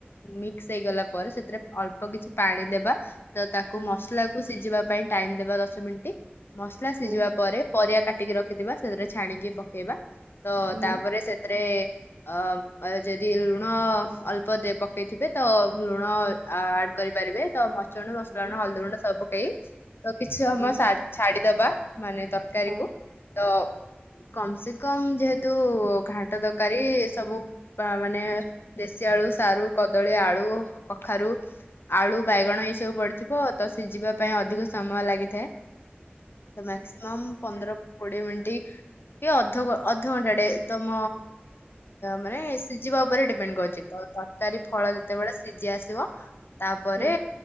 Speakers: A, on the left; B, on the right.
A: ମିକ୍ସ ମିକ୍ସ ହେଇଗଲା ପରେ ସେଥିରେ ଅଳ୍ପ କିଛି ପାଣି ଦେବା ତ ତାକୁ
B: ହୁଁ
A: ମସଲାକୁ ସିଝିବା ପାଇଁ ଟାଇମ ଦେବା ଦଶ ମିନିଟ ମସଲା
B: ହଁ
A: ସିଝିବା ପରେ ପରିବା କାଟିକି ରଖିଥିବା ସେଥିରେ ଛାଣିକି ପକେଇବା ତ
B: ହୁଁ
A: ତାପରେ ସେ ତାରେ ଅ ଯଦି ଲୁଣ ଅଳ୍ପ ପକେଇଥିବେ ତ ଲୁଣ ଆଡ କରିପାରିବେ ତ ମରିଚ ଗୁଣ୍ଡ ମସଲା
B: ହଁ
A: ଗୁଣ୍ଡ ହଳଦୀ ଗୁଣ୍ଡ ସବୁ ପକେଇ ତ କିଛି ସମୟ
B: ହୁଁ
A: ଛାଡିଦବା ମାନେ ତରକାରୀକୁ
B: ହଁ ହୁଁ ହୁଁ ହୁଁ।
A: ତ କମ ସେ କମ ଯେହେତୁ ଘାଣ୍ଟ ତରକାରୀ ସବୁ ମାନେ ଦେଶୀ ଆଳୁ ସାରୁ କଦ୍ କଦଳୀ ଆଳୁ କଖାରୁ ଆଳୁ ବାଇଗଣ ଏଇ ସବୁ ପଡିଥିବ ତ ସିଝିବା ପାଇଁ ଅଧିକ ସମୟ ଲାଗିଥାଏ ତ ମାକ୍ସିମମ୍ ପନ୍ଦର କୋଡିଏ ମିନିଟ କି ଅଧ ଅଧଘଣ୍ଟାଟେ ତମ ମାନେ ସିଝିବା ଉପରେ ଡିପେଣ୍ଡ କରଛି ତ ତରକାରୀ ଫଳ ଯେତେବେଳେ ସିଝି ଆସିବ ତାପରେ
B: ହୁଁ